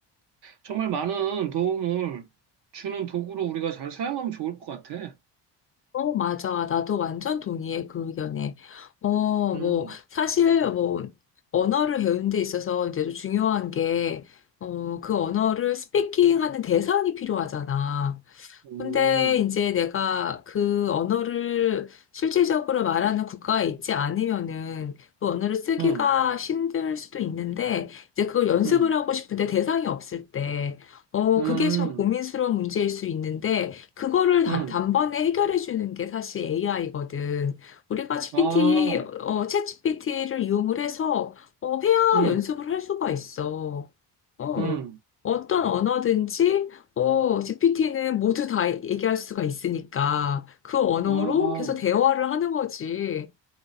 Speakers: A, on the right; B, on the left.
A: 정말 많은 도움을 주는 도구로 우리가 잘 사용하면 좋을 것 같아.
B: 어, 맞아. 나도 완전 동의해, 그 의견에. 어,
A: 음,
B: 뭐, 사실, 뭐, 언어를 배우는 데 있어서 이제 좀 중요한 게, 어, 그 언어를 스피킹 하는 대상이 필요하잖아.
A: 음,
B: 근데 이제 내가 그 언어를 실질적으로 말하는 국가에 있지 않으면은 그 언어를 쓰기가
A: 음,
B: 힘들 수도 있는데 이제 그걸 연습을
A: 음,
B: 하고 싶은데 대상이 없을 때, 어,
A: 음,
B: 그게 좀 고민스러운 문제일 수 있는데 그거를 다-
A: 음,
B: 단번에 해결해 주는 게 사실 AI거든. 우리가 GPT,
A: 아,
B: 어, 챗 GPT를 이용을 해서 어, 회화
A: 음.
B: 연습을 할 수가 있어. 어,
A: 음,
B: 어떤 언어든지 어, GPT는 모두 다 얘기할 수가 있으니까 그 언어로
A: 아하,
B: 계속 대화를 하는 거지.